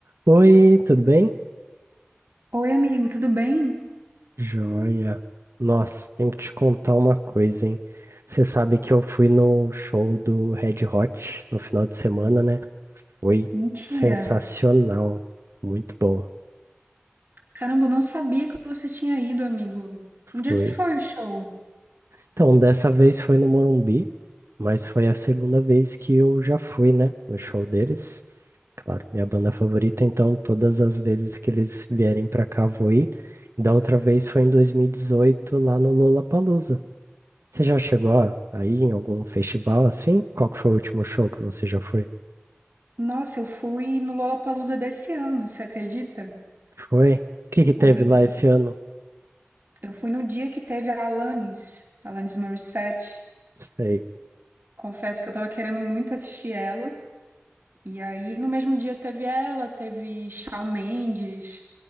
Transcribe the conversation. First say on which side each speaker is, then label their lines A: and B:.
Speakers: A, on the right; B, on the right.
A: Oi, tudo bem?
B: Oi, amigo, tudo bem?
A: Joia. Nossa, tenho que te contar uma coisa, hein? Você sabe que eu fui no show do Red Hot no final de semana, né? Foi
B: Mentira!
A: sensacional. Muito bom.
B: Caramba, eu não sabia que você tinha ido, amigo. Onde
A: Foi.
B: é que foi o show?
A: Então, dessa vez foi no Morumbi, mas foi a segunda vez que eu já fui, né? No show deles. Claro, minha banda favorita, então todas as vezes que eles vierem pra cá, vou ir. Da outra vez foi em 2018 lá no Lollapalooza. Você já chegou a, a ir em algum festival assim? Qual que foi o último show que você já foi?
B: Nossa, eu fui no Lollapalooza desse ano, você acredita?
A: Foi? O que que teve
B: Fui.
A: lá esse ano?
B: Eu fui no dia que teve a Alanis, Alanis Morissette.
A: Sei.
B: Confesso que eu tava querendo muito assistir ela. E aí, no mesmo dia teve ela, teve Shawn Mendes.